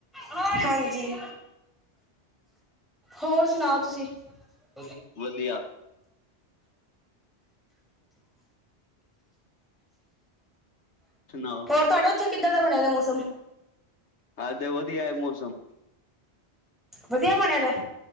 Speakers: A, in the centre; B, on the left.
A: ਹ ਹਾਂਜੀ ਹੋਰ ਸੁਨਾਓ ਤੁਸੀਂ। <unintelligible> <unintelligible> <unintelligible> <unintelligible>
B: ਵਧੀਆ ਸੁਣਾਓ?
A: ਹੋਰ ਤੁਹਾਡਾ ਉੱਥੇ ਕਿੱਦਾਂ ਦਾ ਬਣਿਆ ਦਾ ਮੌਸਮ।
B: ਹੈ ਤੇ ਵਧੀਆ ਏ ਮੌਸਮ।
A: ਵਧੀਆ ਬਣਿਆ ਦਾ।